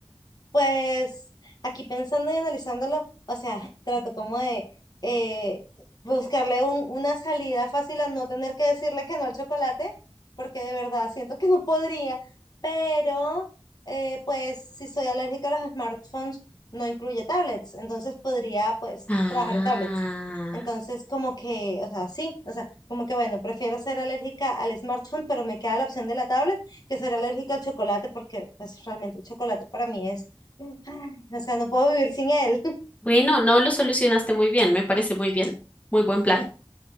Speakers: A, on the left; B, on the left.
A: Pues aquí pensando y analizándolo, o sea, trato como de eh, buscarle un- una salida fácil a no tener que decirle que no al chocolate, porque de verdad siento que no podría, pero eh, pues si soy alérgica a los smartphones, no incluye tablets, entonces podría pues
B: Ah,
A: trabajar en tablets. Entonces como que, o sea, sí, o sea, como que bueno, prefiero ser alérgica al smartphone, pero me queda la opción de la tablet que ser alérgica al chocolate, porque pues realmente el chocolate para mí es <laughs> Ay, O sea, no puedo vivir sin él. <laughs>
B: bueno, no lo solucionaste muy bien, me parece muy bien, muy buen plan.